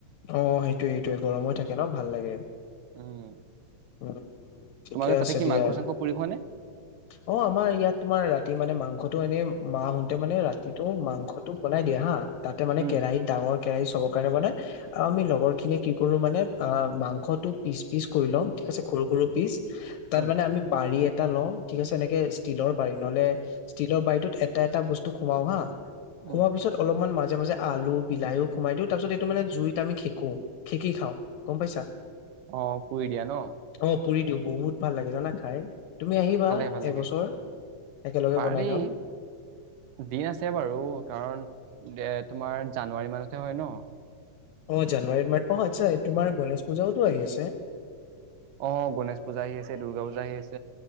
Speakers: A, on the left (about 75°); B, on the right (about 80°).
A: অ' সেইটোৱে সেইটোৱে গৰমো থাকে ন ভাল লাগে।
B: উম।
A: উম, ঠিকে
B: তোমালোকে তাতে
A: আছে
B: কি
A: দিয়া।
B: মাংস চাংস পুৰি খোৱানে।
A: অ' আমাৰ ইয়াত তোমাৰ ৰাতি মানে মাংসটো এনেই। মাহতে মানে ৰাতিটো মাংসটো বনাই দিয়ে হা। তাতে মানে
B: উম
A: কেৰাহীত ডাঙৰ কেৰাহী চবৰ কাৰণে মানে। লগৰ খিনিয়ে কি কৰো মানে অ' মাংসতটো পিচ পিচ কৰি লম ঠিক আছে সৰু সৰু পিচ। তাৰ
B: উম
A: মানে আমি বাড়িয়ে। এটা লওঁ, ঠিক আছে এনেকে ষ্টীলৰ বাৰী নহ'লে ষ্টীলৰ বাৰীতোত এটা এটা বস্তু সোমাও হা।
B: উম
A: খোৱাৰ পিছত অলপমান মাজে মাজে আলু বিলাহীও খোমাই দিওঁ। তাৰপিছত এইটো মানে জুইত খেকো খেকি খাওঁ গ'ম পাইছা।
B: অ' পুৰি দিয়া ন।
A: অ পুৰি দিওঁ বহুত ভাল লাগে জানা খাই তুমি আহিবা
B: ভাল লাগে ভাল লাগে
A: এবছৰ। একেলগে
B: পাৰি
A: বনাই খাম
B: দিন আছে বাৰু কাৰণ। এ তোমাৰ জানুৱাৰী মানতহে হয় ন।
A: অ' জানুৱাৰীত মাৰ অ' আচ্ছা তোমাৰ গণেশ পূজাতো আহি আছে।
B: অ' গণেশ পূজা আহি আছে দুৰ্গা পূজা আহি আছে।